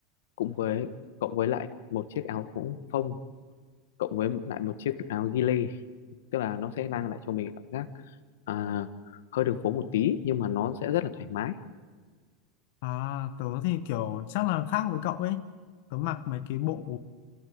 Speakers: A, on the left (about 85°); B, on the left (about 60°).
A: cũng với cộng với lại một chiếc áo cũng phông cộng với lại một chiếc áo ghi lê tức là nó sẽ mang lại cho mình cảm giác à, hơi đường phố một tí nhưng mà nó sẽ rất là thoải mái
B: À, tớ thì kiểu chắc là khác với cậu ấy. Tớ mặc mấy cái bộ